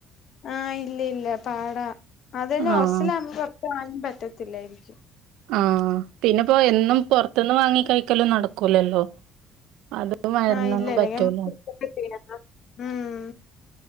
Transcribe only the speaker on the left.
ആഹ് ഇല്ല ഇല്ല പാടാ അതന്നെ
ഒഓസല അ ഒക്ക ആായും പറ്റത്തില്ലായിരിക്കും
ആഹ് ഇല്ല ഇല്ല
ഞമ്മക്ക് ഉം